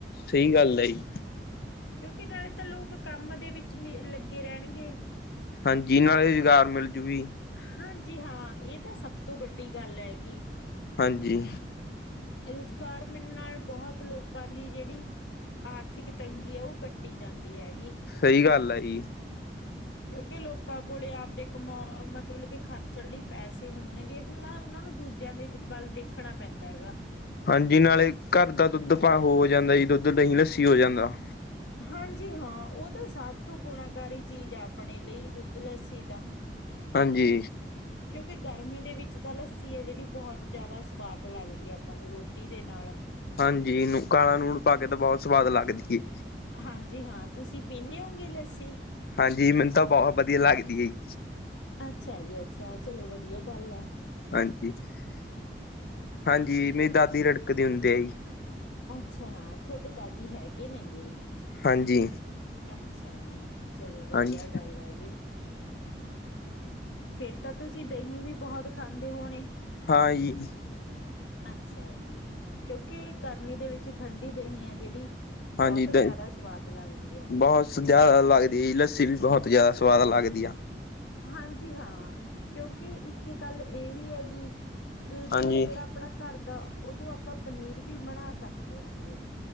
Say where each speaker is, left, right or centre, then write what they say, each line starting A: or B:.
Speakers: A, on the left; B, on the left.
A: ਸਹੀ ਗੱਲ ਐ ਜੀ।
B: ਕਿਉਂਕਿ ਨਾਲੇ ਤਾਂ ਲੋਕ ਕੰਮ ਦੇ ਵਿੱਚ ਲੱਗੇ ਰਹਿਣਗੇ।
A: ਹਾਂਜੀ ਨਾਲੇ ਰੁਜ਼ਗਾਰ ਮਿਲਜੂ ਜੀ
B: ਹਾਂਜੀ, ਜੀ ਹਾਂ, ਇਹ ਤਾਂ ਸਭ ਤੋਂ ਵੱਡੀ ਗੱਲ ਐ ਗੀ।
A: ਹਾਂਜੀ।
B: ਰੁਜ਼ਗਾਰ ਮਿਲ ਨਾਲ ਬਹੁਤ ਲੋਕਾਂ ਦੀ ਜਿਹੜੀ ਆਰਥਿਕ ਤੰਗੀ ਆ ਉਹ ਕੱਟੀ ਜਾਂਦੀ। ਹੈਗੀ
A: ਸਈ ਗੱਲ ਆ ਜੀ।
B: ਕਿਉਂਕਿ ਲੋਕਾਂ ਕੋਲ ਆਪਦੇ ਕਮਾ ਮਤਲਬ ਕਿ ਖਰਚਣ ਲਈ ਪੈਸੇ ਹੋਣਗੇ ਹੁਣ ਉਹਨਾਂ ਨੂੰ ਦੂਜਿਆਂ ਦੇ ਵੱਲ ਦੇਖਣਾ ਪੈਂਦਾ ਗਾ।
A: ਹਾਂਜੀ, ਨਾਲੇ ਘਰ ਦਾ ਦੁੱਧ ਪਾ ਹੋ ਜਾਂਦਾ ਜੀ। ਦੁੱਧ ਦਹੀਂ ਲੱਸੀ ਹੋ ਜਾਂਦਾ।
B: ਹਾਂਜੀ ਹਾਂ, ਉਹ ਤਾਂ ਸਭ ਤੋਂ ਗੁਣਾਕਾਰੀ ਚੀਜ਼ ਐ ਆਪਣੇ ਲਈ ਦੁੱਧ ਲੱਸੀ ਤਾਂ।
A: ਹਾਂਜੀ।
B: ਕਿਉਂਕਿ ਗਰਮੀ ਦੇ ਵਿੱਚ ਤਾਂ ਲੱਸੀ ਐ ਜਿਹੜੀ ਬਹੁਤ ਜ਼ਿਆਦਾ ਸਵਾਦ ਲੱਗਦੀ ਐ ਆਪਾਂ ਨੂੰ ਰੋਟੀ ਦੇ ਨਾਲ।
A: ਹਾਂਜੀ। ਇਹਨੂੰ ਕਾਲਾ ਨੂਣ ਪਾ ਕੇ ਤੇ ਬਹੁਤ ਸਵਾਦ ਲੱਗਦੀ ਏ।
B: ਹਾਂਜੀ ਹਾਂ, ਤੁਸੀਂ ਪੀਂਨੇ ਓ ਗੇ ਲੱਸੀ?
A: ਹਾਂਜੀ। ਮੈਨੂੰ ਤਾਂ ਬਹੁਤ ਵਧੀਆ ਲੱਗਦੀ ਐ ਜੀ।
B: ਅੱਛਾ ਜੀ ਅੱਛਾ, ਚਲੋ ਵਧੀਆ ਗੱਲ ਐ।
A: ਹਾਂਜੀ-ਹਾਂਜੀ, ਮੇਰੀ ਦਾਦੀ ਰਿੜਕ ਦੀ ਹੁੰਦੀ ਆ ਜੀ।
B: ਅੱਛਾ, ਥੋਡੇ ਦਾਦੀ ਹੈਗੇ ਨੇ ਗੇ।
A: ਹਾਂਜੀ।
B: ਅੱਛਾ ਜੀ, ਚਲੋ ਵਧੀਆ
A: ਹਾਂਜੀ
B: ਗੱਲ ਐ ਗੀ। ਫਿਰ ਤਾਂ ਤੁਸੀਂ ਦਹੀਂ ਵੀ ਬਹੁਤ ਖਾਂਦੇ ਹੋਣੇ।
A: ਹਾਂ ਜੀ
B: ਅੱਛਾ ਜੀ, ਕਿਉਂਕਿ ਗਰਮੀ ਦੇ ਵਿੱਚ ਠੰਡੀ ਦਹੀਂ ਐ ਜਿਹੜੀ। ਬਹੁਤ
A: ਹਾਂਜੀ ਦ
B: ਜ਼ਿਆਦਾ ਸਵਾਦ। ਲੱਗਦੀ ਹੈ
A: ਬਹੁਤ ਜ਼ਿਆਦਾ ਲੱਗਦੀ ਆ ਜੀ ਲੱਸੀ ਵੀ ਬਹੁਤ ਜਿਆਦਾ ਸਵਾਦ ਲੱਗਦੀ ਆ।
B: ਹਾਂਜੀ ਹਾਂ, ਕਿਉਂਕਿ ਇੱਕ ਗੱਲ ਇਹ ਵੀ ਐ ਗੀ। ਦੁੱਧ
A: ਹਾਂਜੀ।
B: ਐ ਜਿਹੜਾ ਆਪਣਾ ਘਰ ਦਾ ਉਹ ਤੋਂ ਆਪਾਂ ਪਨੀਰ ਵੀ ਬਣਾ ਸਕਦੇ ਆ ਗੇ।